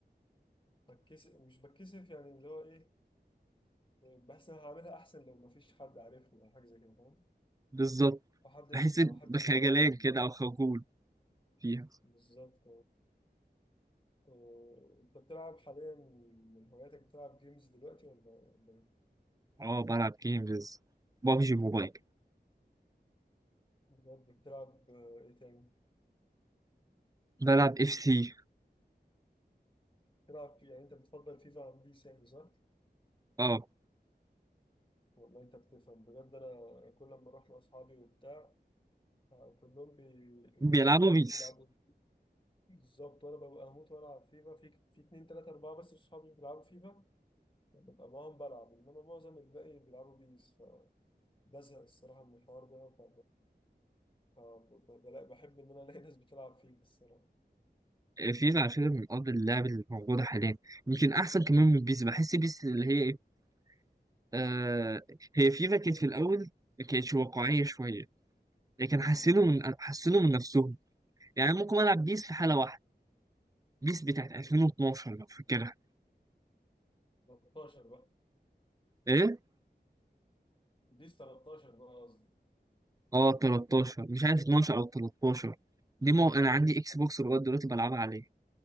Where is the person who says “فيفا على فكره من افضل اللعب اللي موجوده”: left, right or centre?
Right